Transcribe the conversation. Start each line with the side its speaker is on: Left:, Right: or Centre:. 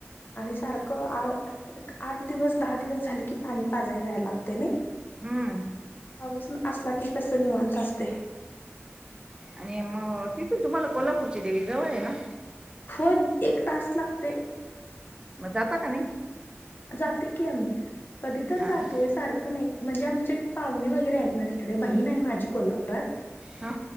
Left: आणि सारक आड एक आठ दिवस दहा दिवस झाल की पाणी पाजय जायला लागतय नई.
Right: हम्म
Left: पाऊस असला की कसं निवांत असतय.
Right: आणि म तिथून तुम्हाला कोल्हापूरची देवी जवळ आहे ना?
Left: होन एक तास लागतय.
Right: म जाता का नाही?
Left: जाते की आम्ही, कधी तर
Right: हा
Left: जातोय
Right: ना
Left: सार कानाय म्हणजे आमचे पाहुणे वगैरे आहेत ना तिकडे बहीण आहे माझी कोल्हापुरात.
Right: हा.